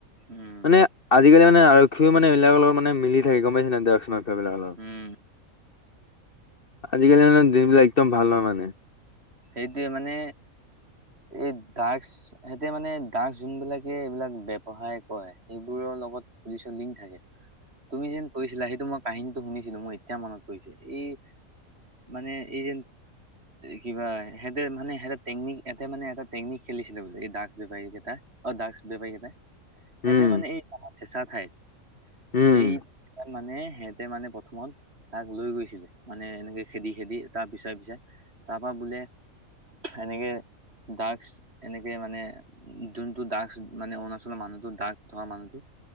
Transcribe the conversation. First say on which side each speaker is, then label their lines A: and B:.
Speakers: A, on the right (about 50°); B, on the left (about 45°).
A: উম
B: মানে আজিকালি মানে আৰক্ষীও মানে এইবিলাক লগত মিলি থাক গ'ম পাইছা নে ড্ৰাগছ মাফিয়া বিলাক লগত।
A: উম।
B: আজিকালি মানে দিনবিলাক একদম ভাল হয় লগা নাই।
A: এতিয়া মানে এই ড্ৰাগচ এতিয়া মানে ড্ৰাগচ যোনবিলাক এইবিলাক ব্যৱসায় কৰে, সেইবোৰৰ লগত পুলিচৰ লিংক থাকে। তুমি যেন কৈছিলা, সেইটো মই কাহিনীটো শুনিছিলোঁ, মই এতিয়া মনত পৰিছে, এই মানে এই যে কিবা সিহঁতে মানে সিহঁতে টেকনিক এতে মানে এটা টেকনিক খেলিছিলে বোলে, এই ড্ৰাগ বেপাৰী কেইটা অ' ড্ৰাগচ বেপাৰীকেইটাই সিহঁতে
B: উম
A: মানে এই ঠেচা খাই
B: উম
A: সেই মানে সিহঁতে মানে ৰুমত তাক লৈ গৈছিলে মানে এনেকে খেদি খেদি তাৰ পিছে পিছে তাৰ পৰা বোলে এনেকে ড্ৰাগচ এনেকে মানে যোনটো ড্ৰাগচ মানে অৰুণাচলৰ মানুহতো ড্ৰাগছ ধৰা মানুহতো